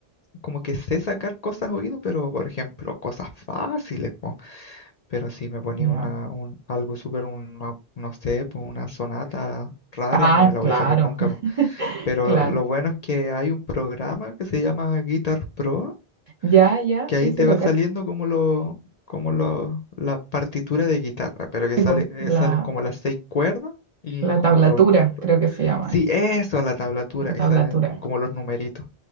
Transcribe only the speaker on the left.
como que sé sacar cosas a oído, pero por ejemplo, cosas fáciles, po. Pero si me ponía
una, un, algo súper, una- no sé, pues una sonata rara,
no me la
voy a sacar nunca. po.
Pero
lo bueno es que hay un programa que se llama Guitar Pro,
que
ahí
te
va
saliendo como lo, como lo, la partitura de guitarra, pero que
sale, eh,
salen como las seis cuerdas y
como
los...
Sí,
eso, la tablatura,
y salen como los numeritos